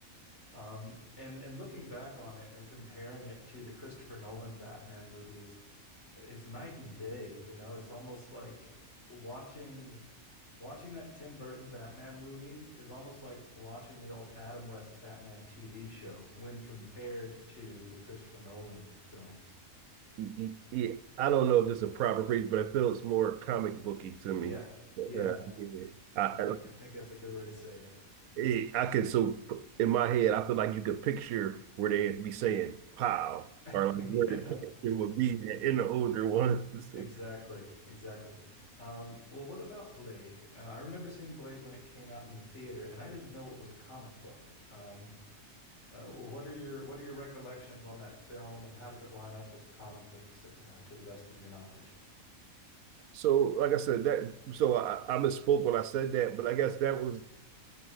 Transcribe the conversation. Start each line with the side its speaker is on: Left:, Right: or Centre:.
Left: Um, and and looking back on it and comparing it to the Christopher Nolan Batman movies, it's night and day, you know, it's almost like watching Watching that Tim Burton Batman movie is almost like watching the old Adam West Batman TV show when compared to the Christopher Nolan films.
Right: Yeah, I don't know if this is a proper phrase, but it feels more comic booky to me.
Left: Yeah.
Right: Uh,
Left: Yeah.
Right: I,
Left: I think
Right: I,
Left: I think that's a good way to say it.
Right: it, I can so in my head, I feel like you could picture where they'd be saying "pow" or
Left: <laughs>
Right: like where
Left: Yeah.
Right: the character would be in the older ones.
Left: Exactly.
Right: <laughs>
Left: Exactly. Um, well, what about Blade? Uh, I remember seeing Blade when it came out in the theater, and I didn't know it was a comic book. Um, uh, what are your what are your recollections on that film, and how does it line up with the comic books, uh, to the best of your knowledge?
Right: So, like I said, that so I, I misspoke when I said that, but I guess that was